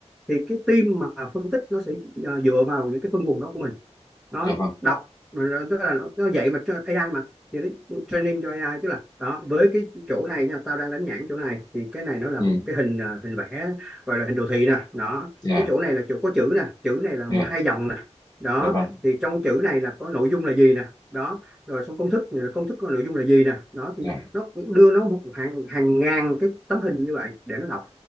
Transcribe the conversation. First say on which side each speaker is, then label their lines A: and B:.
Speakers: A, in the centre; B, on the left.
A: Thì cái team mà phân tích nó sẽ ờ, dựa vào những cái phân vùng đó của mình nó
B: dạ vâng
A: đọc rồi nó- tức là nó, nó dạy mà tra- AI mà thì nó training cho AI tức là đó với cái chỗ này nha tao đang đánh nhãn chỗ này thì cái này nó là
B: ừ
A: một cái hình à, hình vẽ gọi là hình đồ thị nè đó
B: dạ
A: cái chỗ này là chỗ có chữ nè chữ này là
B: dạ
A: hai dòng nè đó
B: dạ vâng
A: thì trong chữ này là có nội dung là gì nè đó rồi xong công thức công thức có nội dung là gì nè đó thì
B: dạ
A: nó cũng đưa nó một hàng hàng ngàn cái tấm hình như vậy để nó đọc